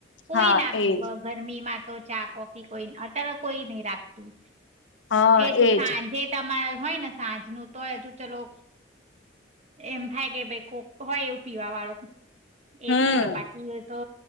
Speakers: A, on the right; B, on the left.
A: કોઈ
B: હા
A: ના પીવા
B: એજ
A: ગરમીમાં તો ચા કોફી કોઈ અત્યારે કોઈ નહી રાખતું
B: હા
A: એજું
B: એજ
A: સાંજે તમારે હોય ને સાંજ નું તોય હજુ ચલો એમ થાય કે ભાઈ કોક હોય એવું પીવા વાળું એ
B: હમ
A: પીવા બાકી હો તો